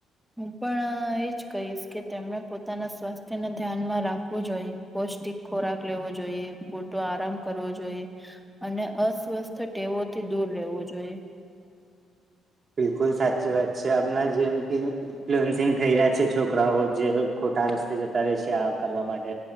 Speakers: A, in the centre; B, on the right (about 40°).
A: હું પણ એજ કહીશ. કે તેમણે પોતાના સ્વાસ્થ્યને ધ્યાનમાં રાખવું જોઈએ. પૌષ્ટિક ખોરાક લેવો જોઈએ પૂરતો આરામ કરવો જોઈએ. અને અસ્વસ્થ ટેવોથી દુર રહેવું જોઈએ.
B: બિલકુલ સાચી વાત છે, આપણા જેમ કે, <unintelligible> ન્ફલએન્સિંગ થઈ રહ્યા છે, છોકરાઓ જે ખોટા રસ્તે જતા રહે છે આ કરવા માટે